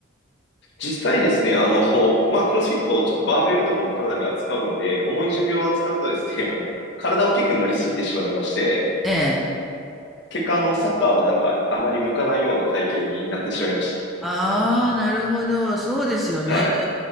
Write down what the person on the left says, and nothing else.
実際ですね、あの、<laughs> まあ、クロスフィット、ちょっとバーベルとかもかなり扱うんで、重い重量を扱うとですね、<laughs> あの、体大きくなりすぎてしまいまして、
結果、あの、サッカーはなんか、あまり向かないような体型になってしまいまし
た。はい。